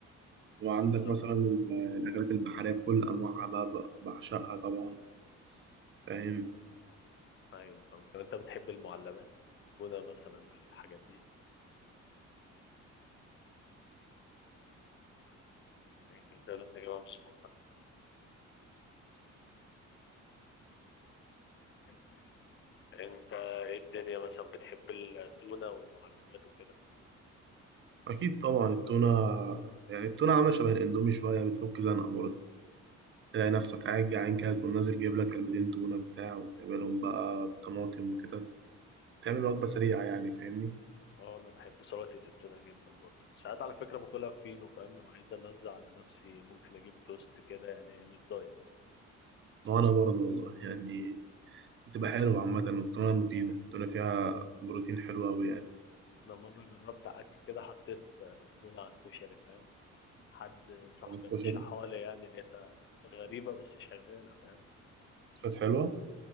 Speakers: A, on the right; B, on the left.
A: وعندك
B: بالظبط
A: مثلا ال- الأكلات البحرية بكل أنواعها بقى بقى- بعشقها طبعا فاهم
B: ايوه فاهم طب انت بتحب المعلبات موجودة مثلا الحاجات دي الحاجات اللي تقدر تجيبها من السوبر ماركت انت ايه الدنيا مثلا بتحب التونة والمعلبات وكده
A: اكيد طبعا التونه يعني التونه عامله شبه الاندومي شويه بتفك زنقه برضه تلاقي نفسك قاعد جعان كده تقوم نازل جايب لك علبتين تونه بتاع وتعملهم بقى طماطم وكده تعمل وجبه سريعه يعني فاهمني
B: اه انا بحب سلطة التونة جدا برضه ساعات على فكرة باكلها فينو فاهم لو عايز انزع على نفسي ممكن اجيب توست كده يعني من الدايت
A: وانا برضه والله يعني بتبقى حلوه عامه والتونه مفيده التونه فيها بروتين حلو قوي يعني
B: انا مرة جربت عك كده حطيت التونة على الكشري فاهم حد صاحبي
A: الكشري
B: رشحها لي يعني لقيتها غريبة بس شغالة فاهم
A: كانت حلوه